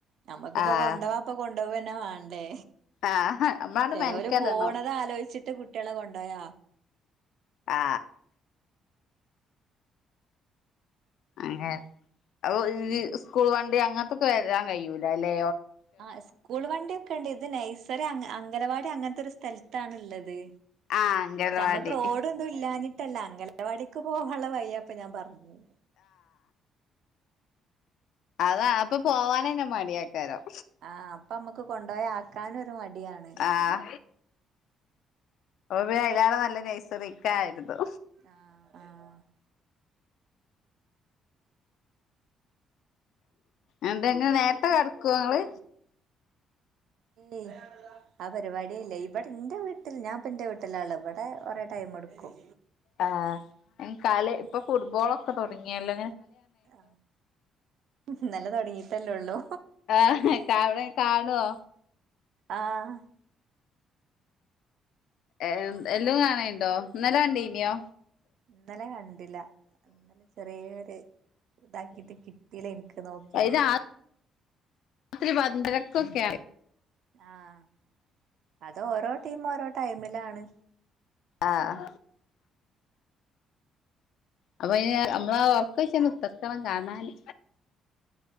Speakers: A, on the right; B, on the left.
A: നമുക്കിപ്പൊ
B: ആഹ്
A: കൊണ്ടാവാപ്പൊ <unintelligible> പ് ന്നെ വേണ്ടേ
B: ആഹ് നമ്മളാണ്ട്
A: ചെലോരു
B: മെനക്കെടണം
A: പോണത് ആലോചിച്ചിട്ട് കു കുട്ടികളെ കൊണ്ടോയാ
B: ആ അങ്ങനെ <unintelligible> സ്കൂൾ വണ്ടി അങ്ങനത്തൊക്കെ വരാൻ കഴിയൂല അല്ലെ
A: ആ സ്കൂൾ വണ്ടിക്കെ ഉണ്ട് ഇത് നൈസറി അംഗനവാടി അങ്ങനത്തെ ഒരു സ്ഥലത്താണ് ഇള്ളത്
B: ആഹ് അംഗൽവാടി
A: ചമ്മക്ക് റോഡ് ഒന്നും ഇല്ലാന് ട്ടല്ല അംഗനവാടി ക്ക് പോകാനുള്ള വയ്യപ്പാ ഞാൻ പറഞ്ഞത്
B: അത അപ്പൊ പോവാനന്നെ മടിയേ ക്കാരം
A: ആ അപ്പൊ നമ്മുക്ക് കൊണ്ട യാ ക്കാനും ത്‌മടിയാണ്
B: ആഹ് അപ്പൊ പിന്നെ അയിലാറ നല്ലത് നൈസറിക്കായിരുന്നു
A: ആഹ് ആഹ്
B: എന്തെങ്ങ നേരത്തെ കടക്കൊ ങ്ങള്
A: ഏയ് ആ പരിപാട്യേല്ല ഇബടെ ഇന്റെ വീട്ടിൽ ഞാൻപ്പന്റെ വീട്ടിലാള്ളെ ഇവിടെ കുറേ ടൈം എടുക്കും
B: ആ കളി ഇപ്പൊ ഫുട്ബോളൊക്കെ തുടങ്ങിയല്ലേ
A: ആ ഇന്നലെ തുടങ്ങി അല്ലെ ഉള്ളൂ
B: ആഹ് അവിടെ കാണുവോ
A: ആഹ്
B: എല്ലാം ഇളയ വാവ ഉണ്ടോ ഇന്നല കണ്ടോ
A: ഇന്നലെ കണ്ടില്ല ഇന്നലെ ചെറിയൊരു ഇതാക്കിട്ട് കിട്ടീല്ല എനിക്ക് നോക്കിട്ട്
B: അയിന് രാത്രി പത്തിരക്കൊക്കെ
A: ആഹ് അത് ഓരോ ടീം ഓരോ ടൈമിലാണ്
B: ആഹ് അപ്പൊ അ നമ്മള് അവർക്ക് വെച്ചന്ന് ഉത്തർക്കണം കാണാന്